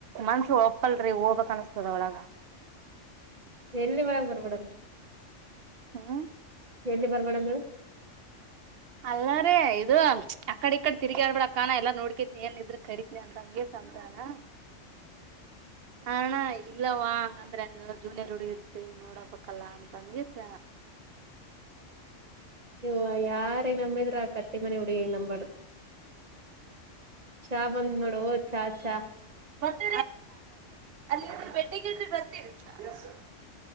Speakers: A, on the right (about 60°); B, on the right (about 35°).
A: ಮನ್ಸ ಹಪ್ಪಲ್ರಿ ಹೋಗ್ಬಕ್ ಅನ್ಸ್ತದ ಒಳಗ
B: ಎಲ್ಲಿ ಮೇಡ ಬರ ಮೇಡಮ್
A: ಹ್ಮ
B: ಎಲ್ಲಿ ಬರ್ಬೋಡದು
A: ಅಲ್ಲಾರ ಇದು ಅಕಡ ಈ ಕಡೆ ತಿರ್ಗಿ ಆಡ್ಬಿಳಕ್ಕಾನ ಎಲ್ಲಾ ನೋಡ್ಕತ್ ಏನ್ ಇದ್ರ ಸರಿನ ಅಂತ ಅಂಗೇ ಸಂದಾನ
B: ಹ್ಮ
A: ಹಣ ಇಲ್ಲವ ಹಂಗಂದ್ರೆ ಹಂಗ ಜೂನಿಯರ್ ಹುಡುಗ ಇರ್ತಿ ನೋಡಬೇಕಲ್ಲ ಅಂತಂದಗೆಸ
B: ನೀ ಯಾರ ನಂಬಿದ್ರರು ಆ ಕಟ್ಟಿ ಮನೆ ಹುಡುಗಿ ನಂಬಾಡ್ದ್ರ. ಚ ಬಂದ ಮಾಡೋಾ ಚ ಚ
A: ಮತ್ತ ಅಲ್ಲಿ ಬೆಟ್ಟಗ್ರೆ ಬರ್ತೀರಿ. <unintelligible>